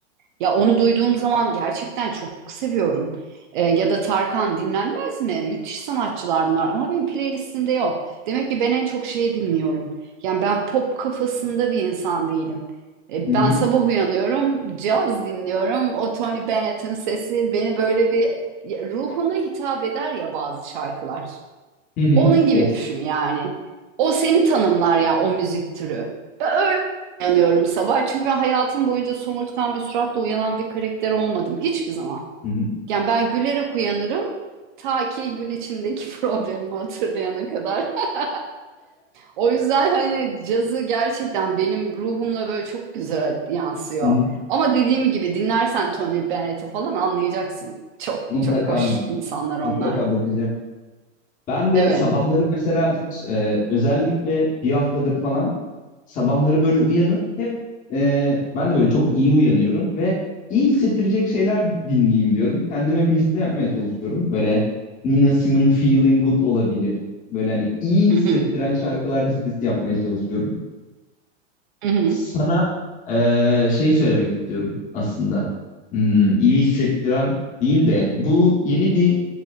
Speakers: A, on the right (about 45°); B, on the left (about 20°).
A: Ya onu duyduğum zaman gerçekten çok seviyorum. Ee, ya da Tarkan dinlenmez mi? Müthiş sanatçılar bunlar ama benim playlistimde yok. Demek ki ben en çok şeyi dinliyorum. Yani ben pop kafasında bir insan değilim. Ee,
B: Hı hı.
A: ben sabah uyanıyorum, caz dinliyorum. O Tony Bennett'in sesi beni böyle bir ya, ruhuna hitap eder ya bazı şarkılar.
B: Hı hı.
A: Onun gibi
B: Of.
A: düşün yani. O seni tanımlar ya o müzik türü. Ben öyle uyanıyorum sabah. Çünkü ben hayatım boyunca somurtkan bir suratla uyanan bir karakter olmadım. Hiçbir zaman.
B: Hı hı.
A: Yani ben gülerek uyanırım. Ta ki gün içindeki <laughs> problemimi hatırlayana kadar. <laughs> O yüzden hani cazı gerçekten benim ruhumla böyle çok güzel yansıyor.
B: Hı hı.
A: Ama dediğim gibi dinlersen Tony Bennett'i falan anlayacaksın. Çok
B: Mutlaka
A: çok hoş insanlar onlar.
B: mutlaka bakacağım. Ben de
A: Evet.
B: sabahları mesela e, özellikle bir haftadır falan sabahları böyle uyanıp hep e, ben de böyle çok iyi uyanıyorum ve iyi hissettirecek şeyler dinleyeyim diyorum. Kendime bir liste yapmaya çalışıyorum. Böyle Nina Simone Feeling Good olabilir. Böyle hani iyi hissettiren
A: Hı hı.
B: şarkılar listesi yapmaya çalışıyorum.
A: Hı hı.
B: Sana e, şey söylemek istiyorum aslında. Hmm, iyi hissettiren değil de bu yeni bir